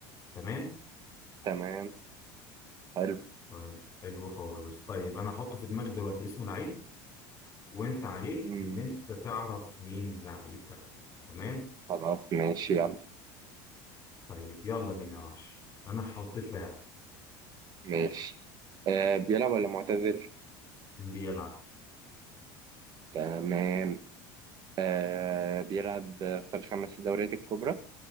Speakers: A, on the left; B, on the right.
A: تمام؟
B: تمام حلو
A: طيب حلو خالص طيب أنا هحط في دماغي دلوقتي اسم لعيب وأنت عليك
B: مم.
A: إن أنت تعرف مين اللعيب ده تمام؟
B: خلاص ماشي يلا
A: طيب يلا بينا يا وحش أنا حطيت لاعب
B: ماشي آه بيلعب ولا معتزل؟
A: بيلعب
B: تمام آه بيلعب في الخمس دوريات الكبرى؟